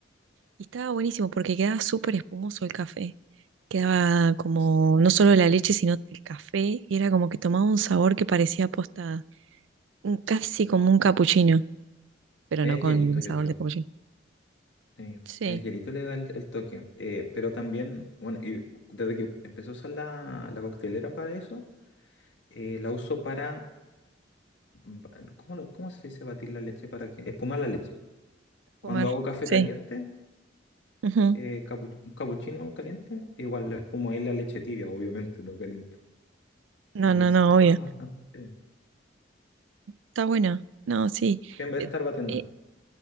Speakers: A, on the right; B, on the left.
A: Y estaba buenísimo porque quedaba súper espumoso el café. Quedaba como
B: Es
A: no solo la leche, sino el café. Y era como que tomaba un sabor que parecía posta, un- casi como un capuchino, pero
B: El
A: no con
B: hielito,
A: el
B: yo
A: sabor
B: creo.
A: de capuchino.
B: Sí,
A: Sí,
B: el hielito le da el, el toque. Eh, pero también, bueno, y desde que empecé a usar la, la coctelera para eso, eh, la uso para... ba- ¿Cómo, lo- cómo se dice batir la leche? ¿Para que Espumar la leche. Cuando
A: comer.
B: hago café
A: Sí.
B: caliente,
A: Ujú.
B: eh, capu- un capuchino caliente, igual le espumo ahí la leche tibia, obviamente, no caliente. Y
A: No, no,
B: se
A: no,
B: espuma
A: obvio.
B: bastante bien.
A: Está bueno. No, sí.
B: En vez
A: Eh,
B: de estar batiendo.
A: eh,